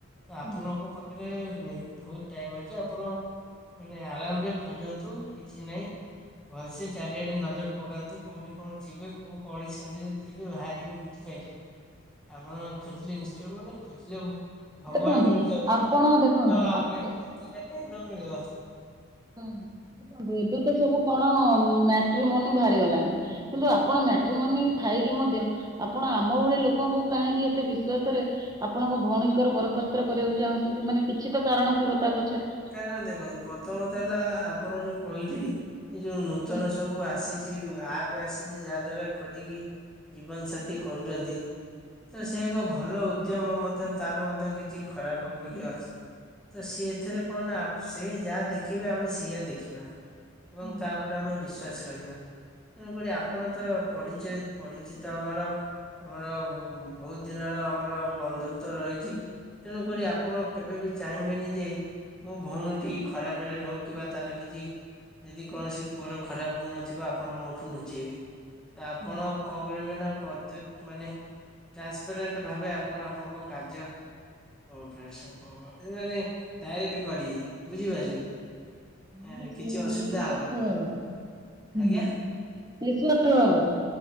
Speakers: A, in the centre; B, on the right.
A: ତ ଆପଣଙ୍କ
B: ହୁଁ
A: ପାଖରେ ବହୁତ ଟାଇମ ଅଛି ଆପଣ ମାନେ ଆରାମ ରେ ଖୋଜନ୍ତୁ କିଛି ନାହିଁ। ଭଲସେ ଚାରିଆଡେ ନଜର ପକାନ୍ତୁ କୋଉଠି କଣଥିବେ କୋଉ କଳି ଛନ୍ଦିରେ ଥିବେ ବାହାରିବେ ବୁଝିପାରିଲେ?
B: ହ
A: ଆପଣ ଖୋଜିଲେ ନିଶ୍ଚୟ ମାନେ ଖୋଜିଲେ ଭଗବାନ
B: ଦେଖନ୍ତୁ
A: ମିଳିଯାଉଛନ୍ତି
B: ଆପଣ
A: ତ
B: ଦେଖନ୍ତୁ
A: ଆ
B: ଆପେ
A: ଯିବା କାଇଁ ନ ମିଳିିବ।
B: ହୁଁ ଦେଖନ୍ତୁ ଏବେ ତ ସବୁ କଣ ମାଟ୍ରିମନି ବାହାରି ଗଲାଣି। କିନ୍ତୁ ଆପଣ ମାଟ୍ରି ମନି ଥାଇକି ମଧ୍ୟ ଆପଣ ଆମ ଭଳି ଲୋକଙ୍କୁ କାହିଁକି ଏତେ ବିଶ୍ଵାସରେ ଆପଣଙ୍କ ଭଉଣୀଙ୍କର ବରପାତ୍ର କରିବାକୁ ଚାହୁଁଛନ୍ତି ମାନେ କିଛି ତ କାରଣ ଥିବ ତା ପଛରେ।
A: ଦେଖନ୍ତୁ ପ୍ରଥମତ ହେଲା ଆପଣ ଯୋଉ କହିଲି ଯୋଉ ନୂତନ
B: ହୁଁ
A: ସବୁ ଆସିଛି ଆପ୍ ଆସିଛି ଯାହା ଦ୍ଵାରା ଖୋଜିକି ଜୀବନସାଥିୀ କରୁଛନ୍ତି। ତ
B: ହୁଁ
A: ସେ ଏକ ଭଲ ଉଦ୍ୟମ ମଧ୍ୟ ତାର ମଧ୍ୟ କିଛି ଖରାପ ଇଅ ଅଛି। ତ ସିଏ ଏଥିରେ କଣ ନା ସିଏ ଯାହା ଦେଖେଇବେ ଆମେ ସେଇୟା ଦେଖିବା। ଏବଂ
B: ହୁଁ
A: ତା ଉପରେ ଆମେ ବିଶ୍ଵାସ କରିବା ତେଣୁକରି ଆପଣ ତ ପଢ଼ି-ପରିଚିତ ଆମର ଆମର ବହୁତ ଦିନର ଆମର ବନ୍ଧୁତ୍ଵ ରହିଛି। ତେଣୁକରି ଆପଣ କେବେ ବି ଚାହିଁବେନି ଯେ ମୋ ଭଉଣୀ ଖରାପ ରେ ରହୁ କି ବା ତାର କିଛି ଯଦି କୌଣସି ପୁଅର ଖରାପ ଗୁଣ ଥିବ ଆପଣ ମୋଠୁ ନୁଚେଇବେ ତ ଆପଣ
B: ହୁଁ
A: କଣ କରିବେ ନା ପ୍ରତ୍ୟକ ମାନେ ଟ୍ରାନ୍ସପାରେଣ୍ଟ ଭାବେ ଆପଣ ଆପଣଙ୍କ କାର୍ଯ୍ୟ <unintelligible> ମାନେ ଡାଇରେକ୍ଟ କରିବେ ବୁଝିପାରିଲେ। ଏ
B: ନିସ୍ର୍ଥ
A: କିଛି ଅସୁବିଧା
B: ନିଃସ୍ଵାର୍ଥ
A: ହବ ନାହିଁ
B: ଭାବରେ ହୁଁ
A: ଆଜ୍ଞା
B: ନିଃସ୍ଵାର୍ଥ ଭାବରେ।